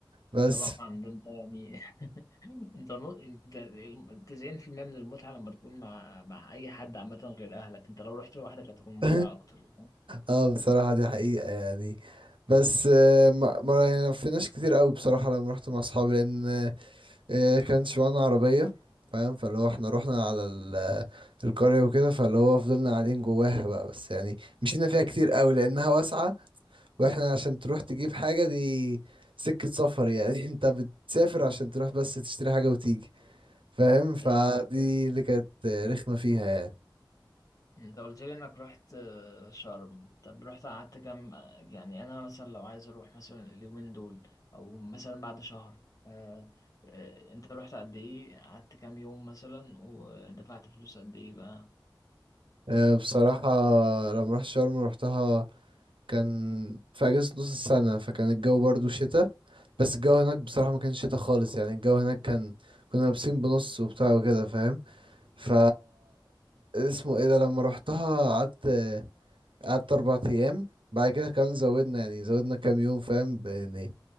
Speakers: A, on the right; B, on the left.
A: بس
B: طبعا ده انت يعني <laughs> انت نو... انت ال- 90% من المتعه لما تكون مع مع اي حد عامه غير اهلك انت لو رحت لوحدك هتكون
A: <laughs>
B: ممتعه اكتر فاهم؟
A: اه بصراحة دي حقيقة يعني بس آه ما ما- يعني ما لفيناش كتير أوي بصراحة لما رحت مع أصحابي لأن آه كانش معانا عربية فاهم فاللي هو احنا رحنا على ال- القرية وكده فاللي هو فضلنا قاعدين جواها بقى بس يعني مشينا فيها كتير قوي لانها واسعه واحنا عشان تروح تجيب حاجة دي سكة سفر يعني <laughs> انت بتسافر عشان تروح بس تشتري حاجة وتيجي فاهم فدي
B: انت
A: اللي كانت رخمة فيها يعني
B: انت قلت لي انك رحت آه، شرم طب رحت قعدت كام يعني انا مثلا لو عايز اروح مثلا اليومين دول او مثلا بعد شهر آه، آه، انت رحت قد ايه قعدت كام يوم مثلا ودفعت فلوس قد ايه بقى
A: أه، بصراحة لما رحت شرم روحتها كان في أجازة نص السنة فكان الجو برضو شتاء بس الجو هناك بصراحة ما كانش شتاء خالص يعني الجو هناك كان كنا لابسين بنص وبتاع وكده فاهم ف اسمه ايه ده لما روحتها قعدت قعدت اربع ايام بعد كده كمان زودنا يعني زودنا كام يوم فاهم ب- يعني